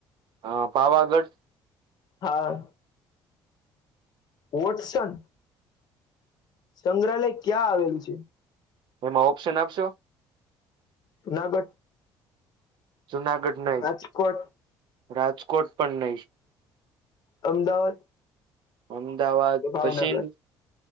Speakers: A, on the right; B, on the left.
A: હ પાવાગઢ.
B: હા વોટસન. સંગ્રહાલય ક્યાં આવેલું છે?
A: એમાં ઓપ્શન આપશો.
B: જુનાગઢ.
A: જુનાગઢ નહી
B: રાજકોટ
A: રાજકોટ પણ નહી
B: અમદાવાદ
A: અમદાવાદ
B: કે ભાવનગર
A: પછી